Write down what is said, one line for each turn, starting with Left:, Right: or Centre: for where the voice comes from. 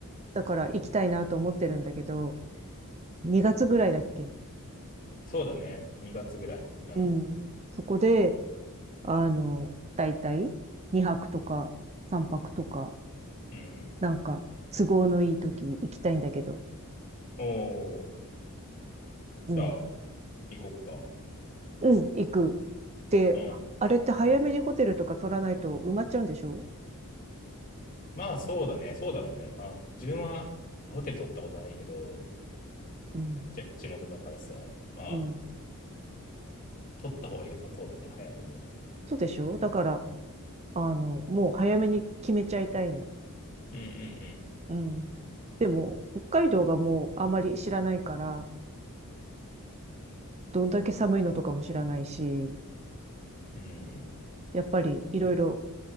Right: だから行きたいなと思ってるんだけど、2月ぐらいだっけ
Left: そうだね。2月ぐらい。うん。
Right: うん。そこで、あの、だいたい2泊とか3泊とか、
Left: うんうん。
Right: なんか都合のいい時に行きたいんだけど、
Left: おー。
Right: うん、
Left: じゃあ、行こっか。
Right: うん、行く。で、
Left: うん。
Right: あれって早めにホテルとか取らないと埋まっちゃうんでしょ
Left: まあ、そうだね。そうだろうね。まあ、自分はホテル取ったことないけど、
Right: うん、
Left: じ地元だからさ、まあ、
Right: うん。
Left: 取った方が良さそうだね。早めにね。
Right: そうでしょだから、あの、もう早めに決めちゃいたいの。
Left: うん
Right: うん。でも、北海道がもうあまり知らないから、どんだけ寒いのとかも知らないし、
Left: うんうん。
Right: やっぱりいろいろ